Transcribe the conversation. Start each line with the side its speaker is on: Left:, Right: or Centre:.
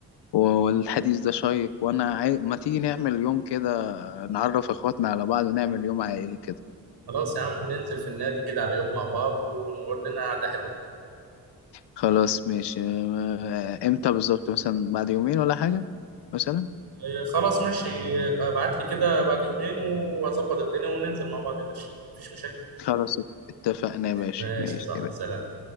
Left: والحديث ده شيق وانا عاي... ما تيجي نعمل يوم كده نعرف اخواتنا على بعض ونعمل يوم عائلي كده
Right: خلاص يا عم ننزل في النادي كده على يوم مع بعض ونقعد لنا قعدة حلوة
Left: خلاص ماشي آه، امتى بالظبط مثلا بعد يومين ولا حاجة مثلا
Right: إيه، خلاص ماشي يبقى ابعت لي كده بعد يومين واظبط الدنيا وننزل مع بعض يا باشا مفيش مشاكل
Left: خلاص اتفقنا يا باشا
Right: ماشي
Left: ماشي
Right: صح
Left: كده
Right: سلام